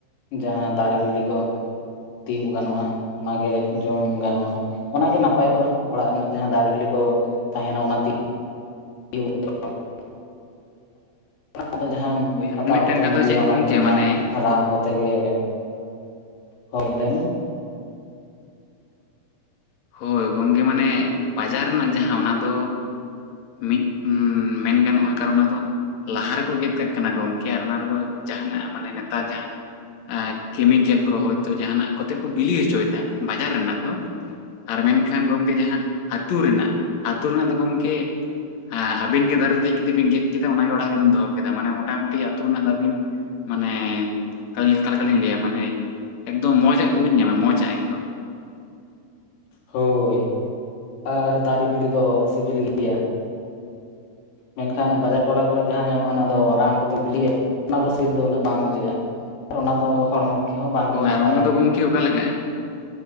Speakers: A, on the left; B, on the left.
A: ᱡᱟᱦᱟᱸ ᱫᱟᱨᱮ ᱵᱤᱞᱤ ᱠᱚ ᱛᱤᱭᱳᱜ ᱜᱟᱱᱚᱜᱼᱟ ᱚᱱᱟ ᱜᱮ ᱡᱚᱢ ᱜᱟᱱᱚᱜᱼᱟ ᱾ ᱚᱱᱟ ᱜᱮ ᱱᱟᱯᱟᱭᱚᱜᱼᱟ ᱚᱲᱟᱜ ᱨᱮᱱᱟᱜ ᱡᱟᱦᱟᱸ ᱫᱟᱨᱮ ᱵᱤᱞᱤ ᱠᱚ ᱛᱟᱦᱮᱱᱟ ᱚᱱᱟ <unintelligible> ᱚᱱᱟ ᱫᱚ ᱡᱟᱦᱟᱸᱢ
B: ᱦᱳᱭ ᱟᱨ
A: ᱦᱟᱛᱟᱣ
B: ᱢᱤᱫᱴᱟᱝ
A: ᱠᱟᱛᱮᱢ
B: ᱠᱟᱛᱷᱟ
A: ᱟᱹᱜᱩᱭᱟ
B: ᱪᱮᱫ
A: ᱚᱱᱟ
B: ᱜᱚᱝᱠᱮ
A: ᱠᱚᱨᱮ ᱢᱟ
B: ᱢᱟᱱᱮ
A: ᱨᱟᱱ ᱠᱚᱛᱮ ᱜᱮ, ᱦᱚᱭ ᱞᱟᱹᱭᱢ?
B: ᱦᱚᱭ ᱜᱚᱢᱠᱮ ᱢᱟᱱᱮ, ᱵᱟᱡᱟᱨ ᱨᱮᱱᱟᱜ ᱡᱟᱦᱟᱸ ᱚᱱᱟ ᱫᱚ ᱢᱤᱫ ᱢᱮᱱ ᱜᱟᱱᱚᱜᱼᱟ ᱠᱟᱨᱱ ᱚᱱᱟ ᱫᱚ ᱞᱟᱦᱟ ᱨᱮᱠᱚ ᱜᱮᱫ ᱠᱟᱜ ᱠᱟᱱᱟ ᱜᱚᱢᱠᱮ ᱟᱨ ᱚᱱᱟ ᱨᱮᱫᱚ ᱡᱟᱦᱟᱱᱟᱜ ᱢᱟᱱᱮ ᱱᱮᱛᱟᱨ ᱡᱟᱦᱟᱸ ᱟᱨ ᱠᱮᱢᱤᱠᱮᱞ ᱠᱚ ᱦᱚᱭ ᱛᱚ ᱡᱟᱦᱟᱱᱟᱜ ᱠᱚᱛᱮ ᱠᱚ ᱵᱤᱞᱤ ᱦᱚᱪᱚᱭᱮᱫ-ᱟ ᱵᱟᱡᱟᱨ ᱨᱮᱱᱟᱜ ᱫᱚ ᱾ ᱟᱨ ᱢᱮᱱᱠᱷᱟᱱ ᱜᱚᱢᱠᱮ ᱡᱟᱦᱟᱸ ᱟᱹᱛᱩ ᱨᱮᱱᱟᱜ, ᱟᱹᱛᱩ ᱨᱮᱱᱟᱜ ᱫᱚ ᱜᱚᱢᱠᱮ ᱦᱮᱸ ᱟᱵᱤᱱ ᱜᱮ ᱫᱟᱨᱮ ᱨᱮ ᱫᱮᱡ ᱠᱟᱛᱮᱜ ᱵᱤᱱ ᱜᱮᱫ ᱠᱮᱫᱟ ᱾ ᱚᱱᱟ ᱜᱮ ᱚᱲᱟᱜ ᱨᱮᱵᱤᱱ ᱫᱚᱦᱚ ᱠᱮᱫᱟ ᱢᱟᱱᱮ ᱢᱚᱴᱟᱢᱩᱴᱤ ᱟᱹᱛᱩ ᱨᱮᱱᱟᱜ ᱫᱟᱹᱵᱤᱱ ᱢᱟᱱᱮ ᱚᱠᱟ ᱞᱮᱠᱟᱞᱤᱧ ᱞᱟᱹᱭᱟ ᱢᱟᱱᱮ ᱮᱠᱫᱚᱢ ᱢᱚᱸᱚᱡ ᱟᱜ ᱜᱮ ᱵᱤᱱ ᱧᱟᱢ-ᱟ ᱢᱚᱸᱡᱽ-ᱟᱜ ᱮᱠᱫᱚᱢ ᱾
A: ᱦᱚᱭ ᱟᱨ ᱫᱟᱨᱮ ᱵᱤᱞᱤ ᱫᱚ ᱥᱤᱵᱤᱞ ᱜᱮᱭᱟ ᱾ ᱢᱮᱱᱠᱷᱟᱱ ᱵᱟᱡᱟᱨ ᱴᱚᱞᱟ ᱠᱚᱨᱮ ᱡᱟᱦᱟᱸ ᱧᱟᱢᱚᱜᱼᱟ ᱚᱱᱟ ᱫᱚ ᱨᱟᱱ ᱠᱚᱛᱮ ᱵᱤᱞᱤᱭᱟ ᱚᱱᱟ ᱫᱚ ᱥᱤᱵᱤᱞ ᱫᱚ ᱩᱱᱟᱹᱜ ᱵᱟᱝ ᱵᱩᱡᱷᱟᱹᱜᱼᱟ ᱾ ᱟᱨ ᱚᱱᱟ ᱫᱚ ᱦᱚᱲᱢᱚ
B: ᱦᱚᱭ
A: ᱱᱟᱯᱟᱭᱟ
B: ᱟᱨ ᱚᱱᱟ ᱫᱚ ᱜᱚᱢᱠᱮ ᱚᱠᱟ ᱞᱮᱠᱟᱜ-ᱟ?